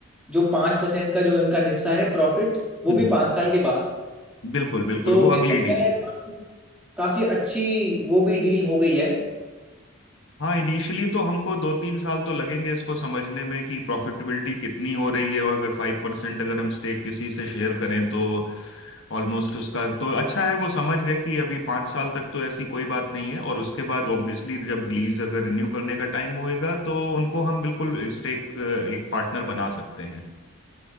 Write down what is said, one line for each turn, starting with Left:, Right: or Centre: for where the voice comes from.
Centre: जो पाँच परसेंट का जो इनका हिस्सा है प्रॉफिट वो
Left: हम्म,
Centre: भी
Left: हम्म।
Centre: पाँच साल के बाद
Left: बिल्कुल बिल्कुल
Centre: तो
Left: वो
Centre: मेरे
Left: अगली
Centre: को लग
Left: डील
Centre: रहा है काफी
Left: पे
Centre: काफी अच्छी वो भी डील हो गई है
Left: हाँ इनिशियली तो हमको दो तीन साल तो लगेंगे इसको समझने में कि प्रॉफिटेबिलिटी कितनी हो रही है और अगर फाइव परसेंट अगर हम स्टेक किसी से शेयर करें तो ऑलमोस्ट उसका तो अच्छा है वो समझ गए कि अभी पाँच साल तक तो ऐसी कोई बात नहीं है और उसके बाद ऑब्वियसली जब लीज अगर रिन्यू करने का टाइम होएगा तो उनको हम बिल्कुल स्टेक एक पार्टनर बना सकते हैं